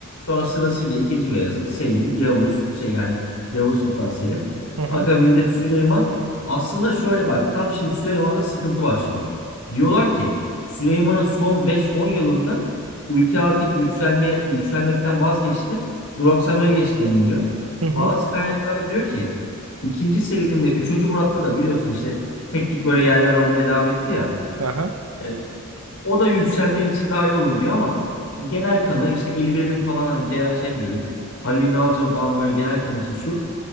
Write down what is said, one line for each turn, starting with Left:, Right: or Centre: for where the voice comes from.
Left: Sonra sırasıyla ikinci Beyazıt, Selim, Yavuz, şey yani Yavuz Sultan Selim.
Right: Hı hı.
Left: Akabinde Süleyman. Aslında şöyle bak tam şimdi Süleyman'da sıkıntı başlıyor. Diyorlar ki Süleyman'ın son beş on yılında ülke artık yükselme, yükselmekten vazgeçti. Duraksamaya geçti deniliyor.
Right: Hı hı.
Left: Bazı kaynaklarda diyor ki ikinci Selim ve üçüncü Murat'ta da biliyorsun işte tek tük böyle yerler almaya devam etti ya.
Right: Aha.
Left: e, o da yükselmenin içine dahil olur diyor ama genel kanı işte İlber'in falan hani Celal Şengör'ün, Halil İnalcık'ın falan böyle genel kanısı şu.